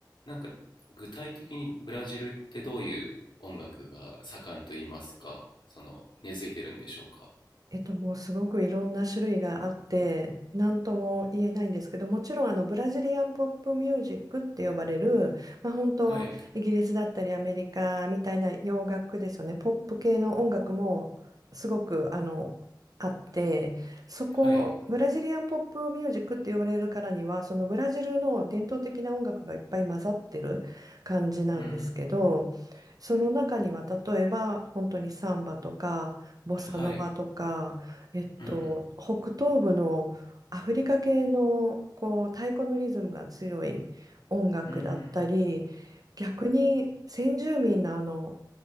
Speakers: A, on the left; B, on the right.
A: なんか具体的にブラジルってどういう音楽が盛んと言いますか、その根付いてるんでしょうか。
B: えっと、もうすごくいろんな種類があって、何とも言えないんですけど、もちろんあのブラジリアンポップミュージックって呼ばれる、まあ、本当、
A: はい、
B: イギリスだったりアメリカみたいな洋楽ですよね、ポップ系の音楽もすごくあのあって、そこ、
A: はい、
B: ブラジリアンポップミュージックって呼ばれるからには、そのブラジルの伝統的な音楽がいっぱい混ざってる感じなんですけど、
A: うん、
B: その中には例えば本当にサンバとか、ボサノバとか、
A: はい、
B: えっと、
A: うん、
B: 北東部のアフリカ系のこう太鼓のリズムが強い音楽だったり、
A: うん、
B: 逆に先住民のあの